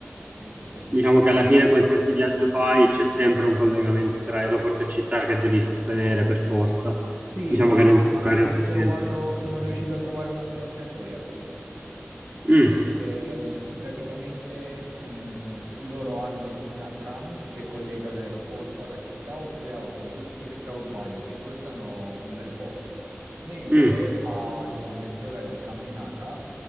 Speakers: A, on the right (about 80°); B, on the right (about 40°).
A: di questa cifra.
B: Diciamo che alla fine qualsiasi viaggio fai c'è sempre un collegamento tra aeroporto e città che devi sostenere per forza.
A: Sì,
B: Diciamo
A: ma
B: che non ci sono aeroporti
A: ho trovato,
B: dentro le città.
A: sono riuscito a trovare una scorciatoia qui.
B: Mm,
A: Perché mh, praticamente mh, loro hanno una tram che collega l'aeroporto alla città oppure autobus extraurbani che costano un bel po', mentre
B: mm.
A: a tipo mezz'ora di camminata,